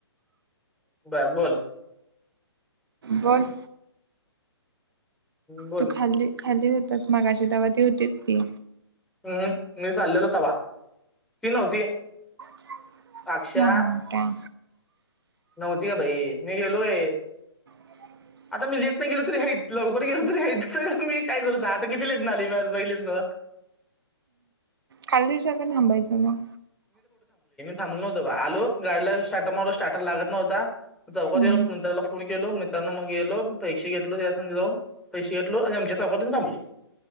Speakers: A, in the centre; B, on the right.
A: बर बोल-
B: बोल-
A: बोल
B: तू खाली खाली होतास मगाशी, तेव्हा ती होतीच की?
A: हम्म, मी चाललेलो तवा ती नव्हती.
B: बट
A: अक्षा
B: <unintelligible>
A: नव्हती ग बाई, मी गेलोय
B: ह <inaudible>
A: आता मी लेट नाही गेलो तरी याहीत लवकर गेलो तरी या मी काय कर सां आता किती लेट नाही आलीी बहिलेस <unintelligible>
B: काल दिवसाला थांबायचं मग.
A: थांबलं होतो. आलो गाडीला स्टार्टर मारला, स्टार्टर लागत नव्हता. चौकात
B: हम्म
A: गेलो मित्राला फोन केला होता. गेलो, मित्रांनो मग गेलो पैसे घेतलो, त्याच्या संग जाऊन पैसे घेतलो आणि आमच्या चौकात येऊन थांबले.